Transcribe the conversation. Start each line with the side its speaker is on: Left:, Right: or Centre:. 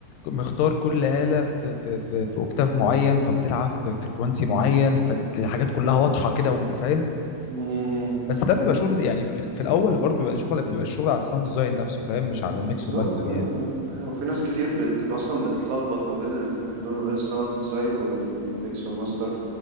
Left: مختار كل آلة في في في في اوكتاف معين فبتلعب في فريكونسي معين فالحاجات كلها واضحه كده وفاهم
Right: امم
Left: بس ده بيبقى شغل يعني في, في الاول برضه بيبقى شغل بيبقى الشغل على الساوند ديزاين نفسه فاهم مش على
Right: بالظبط
Left: الميكس وماستر
Right: ايوه
Left: يعني
Right: ايوه وفي ناس كتير بت اصلا بتلخبط ما بين الاتنين دول ما بين الساوند ديزاين والميكس والماستر